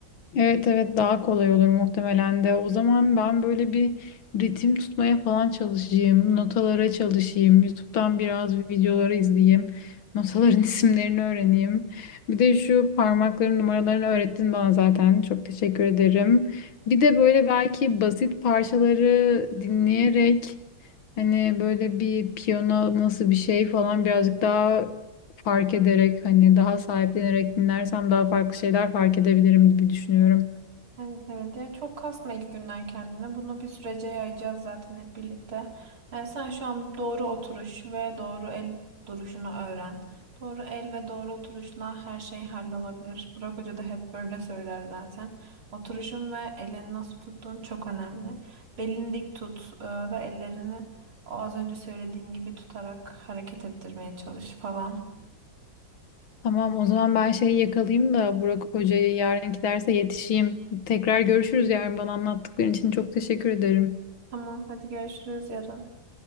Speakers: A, on the left; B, on the right.
A: Evet evet daha kolay olur muhtemelen de. O zaman ben böyle bir ritim tutmaya falan çalışayım. Notalara çalışayım. YouTube'dan biraz videoları izleyeyim. Notaların <laughs> isimlerini öğreneyim. Bir de şu parmakların numaralarını öğrettin bana zaten. Çok teşekkür ederim. Bir de böyle belki basit parçaları dinleyerek hani böyle bir piyano nasıl bir şey falan birazcık daha fark ederek hani daha sahiplenerek dinlersem daha farklı şeyler fark edebilirim gibi düşünüyorum.
B: Evet evet ya çok kasma ilk günden kendine. Bunu bir sürece yayacağız zaten hep birlikte. Yani sen şu an doğru oturuş ve doğru el duruşunu öğren. Doğru el ve doğru oturuşla her şey hallolabilir. Burak Hoca da hep böyle söyler zaten. Oturuşun ve elini nasıl tuttuğun çok önemli. Belini dik tut e, ve ellerini o az önce söylediğin gibi tutarak hareket ettirmeye çalış falan.
A: Tamam o zaman ben şeyi yakalayayım da Burak Hoca'yı yarınki derse yetişeyim. Tekrar görüşürüz yarın bana anlattıkların için çok teşekkür ederim.
B: Tamam hadi görüşürüz yarın.